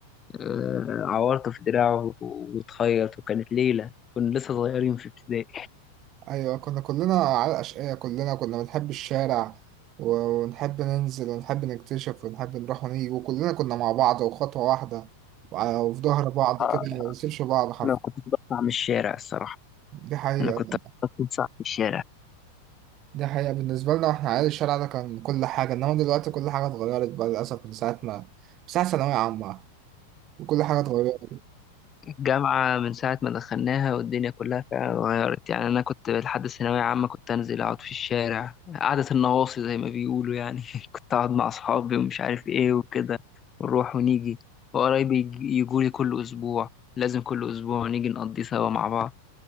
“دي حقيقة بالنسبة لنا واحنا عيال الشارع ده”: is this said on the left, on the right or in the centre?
Right